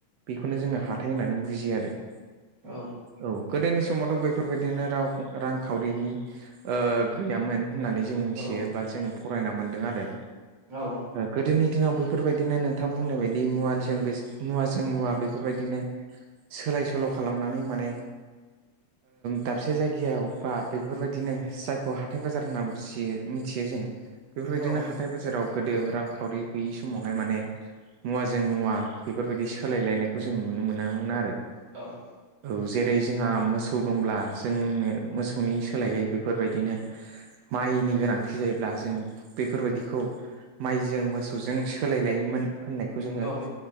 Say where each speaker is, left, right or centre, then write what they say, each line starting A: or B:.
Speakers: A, on the right; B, on the right.
A: बेखौनो जोङो हाथाइ होननानै बुजियो आरो।
B: औ
A: औ गोदोनि समावथ' बेफोरबायदिनो रांखावरिनि गैयामोन होननानै जों मिथियो
B: औ
A: बा जों फरायना मोन्दों आरो।
B: औ
A: गोदोनि दिनाव बेफोरबायदिनो नोंथां बुंनाय बायदि मुवानि जों बे मुवाजों मुवा बेफोरबायदिनो सोलाय सोल' खालामनानै माने दाबसे जायगायाव बा बेफोरबायदिनो जायखौ हाथाइ बाजार होननाथियो मिथियो जों बेफोरबायदिनो
B: औ
A: हाथाय बाजाराव गोदो रांखावरि गैयि समावहाय माने मुवाजों मुवा बेफोरबायदि सोलायलायनायखौ जों नुनो मोनामोन आरो।
B: औ
A: औ जेरै जोंहा मोसौ दंब्ला जोंनो मोसौनि सोलायै बेफोरबायदिनो माइनि गोनांथि जायोब्ला जों बेफोरबायदिखौ माइजों मोसौजों सोलायलायोमोन। होननायखौ जोङो
B: औ